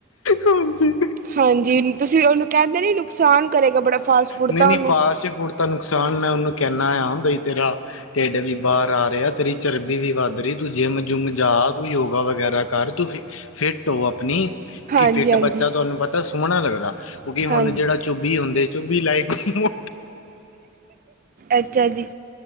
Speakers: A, on the left (about 80°); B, on the right (about 40°).
A: ਹਾਂਜੀ।
B: ਹਾਂਜੀ, ਤੁਸੀ ਓਨੂੰ ਕੇਂਦੇ ਨੀ ਨੁਕਸਾਨ ਕਰੇਗਾ ਬੜਾ ਫਾਸਟ ਫੂਡ
A: ਨਈ
B: ਤਾਂ
A: ਨਈ
B: ਉਹਨੂੰ
A: ਫਾਸਟ ਫੂਡ ਤਾਂ ਨੁਕਸਾਨ ਮੈਂ ਓਨੂੰ ਕੈਨਾ ਆਂਮ ਬਈ ਤੇਰਾ ਢਿੱਡ ਵੀ ਬਾਰ ਆ ਰੇਆ, ਤੇਰੀ ਚਰਬੀ ਵੀ ਵੱਧ ਰੁ, ਤੂੰ ਜਿੰਮ ਜੁੰਮ ਜਾ, ਕੋਈ ਯੋਗਾ ਵਗੈਰਾ ਕਰ ਤੂੰ ਫਿਟ ਹੋ ਅਪਨੀ
B: ਹਾਂਜੀ
A: ਕਿ ਫਿੱਟ
B: ਹਾਂਜੀ
A: ਬੱਚਾ ਤੁਆਨੂੰ ਪਤਾ ਸੋਣਾ ਲੱਗਦਾ, ਕਿਉਂਕਿ ਹੁਣ
B: ਹਾਂਜੀ
A: ਜੇੜਾ ਚੁੱਬੀ ਹੁੰਦੇ ਚੁਬੀ ਲਾਈਕ ਮੋ
B: ਅੱਛਾ ਜੀ।